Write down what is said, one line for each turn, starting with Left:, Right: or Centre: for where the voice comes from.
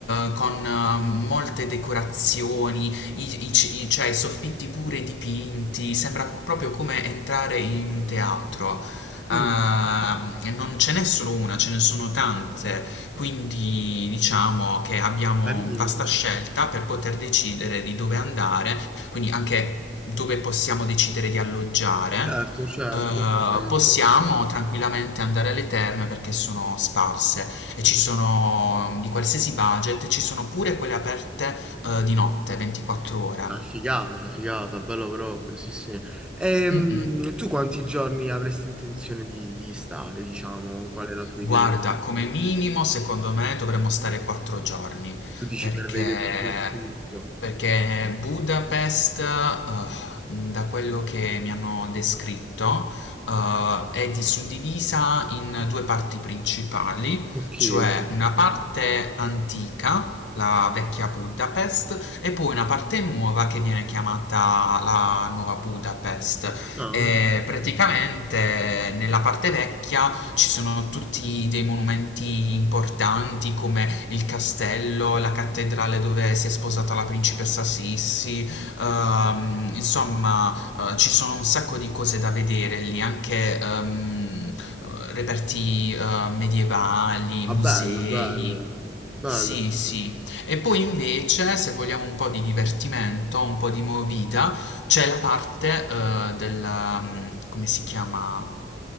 Left: eh, con eh, molte decorazioni, i, i ci- i- cioè, i soffitti pure dipinti, sembra proprio come entrare in un teatro.
Centre: Mm,
Left: Ehm, e non ce n'è solo una, ce ne sono tante, quindi diciamo che abbiamo
Centre: carino.
Left: vasta scelta per poter decidere di dove andare quindi anche dove possiamo decidere di alloggiare,
Centre: Certo, certo.
Left: eh,
Centre: Ehm,
Left: possiamo tranquillamente andare alle terme perché sono sparse e ci sono mm, di qualsiasi budget, ci sono pure quelle aperte, eh, di notte, 24 ore.
Centre: Ah, Figata, figata, bello proprio, sì, sì. Ehm,
Left: Mm-mm.
Centre: tu quanti giorni avresti intenzione di, di stare, diciamo? Qual è la tua idea?
Left: Guarda, come minimo secondo me dovremmo stare quattro giorni
Centre: Tu dici
Left: perché,
Centre: per vedere un po' tutto.
Left: perché Budapest, eh, da quello che mi hanno descritto, eh, è di- suddivisa in due parti principali,
Centre: Ok,
Left: cioè
Centre: ok.
Left: una parte antica, la vecchia Budapest, e poi una parte nuova che viene chiamata la nuova Budapest.
Centre: Ah,
Left: E praticamente nella parte vecchia ci sono tutti dei monumenti importanti come il castello, la cattedrale dove si è sposata la principessa Sissi, ehm, insomma, eh, ci sono un sacco di cose da vedere lì, anche ehm, eh, reperti eh, medievali,
Centre: ah,
Left: musei.
Centre: bello, bello, bello,
Left: Sì,
Centre: sì,
Left: sì.
Centre: sì.
Left: E poi invece, se vogliamo un po' di divertimento, un po' di movida, c'è la parte eh, del, mm, come si chiama?